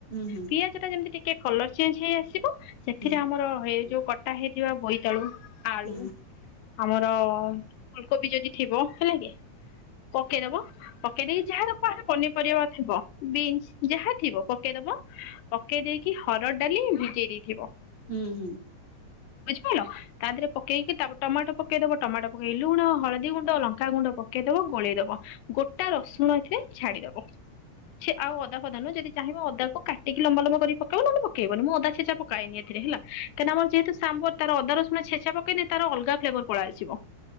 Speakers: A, on the left; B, on the left.
A: ହୁଁ
B: ପିଆଜ ଟା ଯେମିତି ଟି କେ କଲର୍ ଚେଞ୍ଜହେଇ ଆସିବ ସେଥିରେ
A: ହୁଁ
B: ଆମର ଏଇ ଯୋଉ ଟା ହେଇଥିବା ବୋଇତାଳୁ ଆଳୁ
A: ହୁଁ
B: ଆମର ଫୁଲକୋବି ଯଦି ଥିବ ହେଲା କି ପକେଇଦବ ପକେଇଦେଇକି ଯାହାର <inaudible> ପନିପରିବା ଥିବ ବିନ୍ସ ଯାହା ଥିବ ପକେଇଦବ ପକେଇ ଦେଇକି ହରଡ଼ ଡାଲି ଭିଜେଇ ଦେଇଥିବ।
A: ହୁଁ ହୁଁ।
B: ତା ଦେହରେ ପକେଇକି ତାପ ଟମାଟ ପକେଇ ଦବ। ଟମାଟ ପକେଇ ଲୁଣ ହଳଦୀ ଗୁଣ୍ଡ ଲଙ୍କା ଗୁଣ୍ଡ ପକେଇ ବ ଗୋଳେଇ ଦବ। ଗୋଟା ରସୁଣ ଏଥିରେ ଛାଡିଦବ। ସେ ଆଉ ଅଦା ଯଦି ଚାହିଁବ ଅଦା କୁ କାଟିକି ଲମ୍ବା ଲମ୍ବା କରି ପକେଇବ ନହଲେ ପକେଇବନି। ମୁଁ ଅଦାଛେଚା ପକାଏନି ଏତେ। ହେଲା। କାହିଁକି ଆମ ଯେହେତୁ ସାମ୍ବର ତାର ଅଦା ରସୁଣ ଛେଚା ପକନେ ତାର ଅଲଗା ଫ୍ଲେବର ପଳେଇ ଆସିବ।